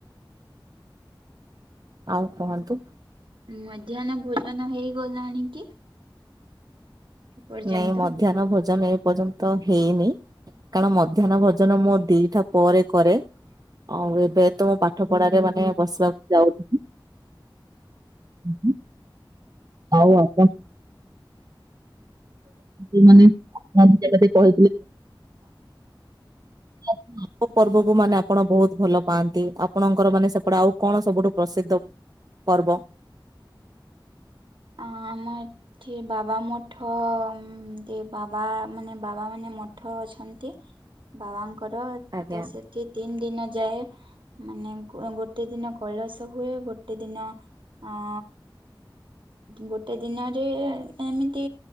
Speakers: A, on the right; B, on the right.
A: ଆଉ କୁହନ୍ତୁ?
B: ମଧ୍ୟାହ୍ନ ଭୋଜନ ହେଇଗଲାଣି କି? ଏପର୍ଯ୍ୟନ୍ତ?
A: ନାଇଁ ମଧ୍ୟାହ୍ନ ଭୋଜନ ଏ ପର୍ଯ୍ୟନ୍ତ ନ୍ତ ହେଇନି, କାରଣ ମଧ୍ୟାହ୍ନ ଭୋଜନ ମୁଁ ଦିଟା ପରେ କରେ ଆଉ ଏବେ ତ ମୁଁ ପାଠପଢାରେ ମାନେ ବସିବାକୁ ଯାଉଛି ହୁଁ। ଆଉ ଆପଣ ଯୋଉମାନେ <unintelligible> କହିଥିଲେ <unintelligible> ଆମ ପର୍ବକୁ ମାନେ ଆପଣ ବହୁତ ଭଲ ପାଆନ୍ତି, ଆପଣଙ୍କର ମାନେ ସେପଟେ ଆଉ କଣ ସବୁଠୁ ପ୍ରସିଦ୍ଧ ପର୍ବ?
B: ହଁ ଆମ ଏ ଠି ବାବା ମଠ, ଏମତି ବାବା ମାନେ ବାବା ମାନେ ମଠ ଅଛନ୍ତି ବାବାଙ୍କର,
A: ଆଜ୍ଞା
B: ତ ସେଠି ତିନି ଦିନ ଯାଏ ମାନେ ଗୋଟେ ଦିନ କୈଳସ ହୁଏ, ଗୋଟେ ଦିନ ଅଁ ଗୋଟେ ଦିନରେ ଏମିତି